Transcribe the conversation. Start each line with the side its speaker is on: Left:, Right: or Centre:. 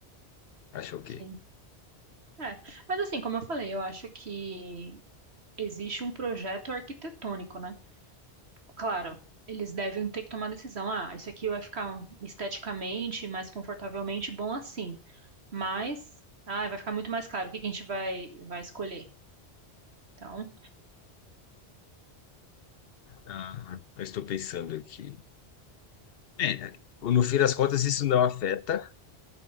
Left: Achou o
Right: sim.
Left: quê?
Right: É, mas assim, como eu falei, eu acho que existe um projeto arquitetônico, né? Claro, eles devem ter que tomar decisão. Ah, isso aqui vai ficar esteticamente mais confortavelmente bom assim. Mas, ah, vai ficar muito mais caro. O que que a gente vai, vai escolher? Então,
Left: Ah, eu estou pensando aqui. É, no fim das contas, isso não afeta.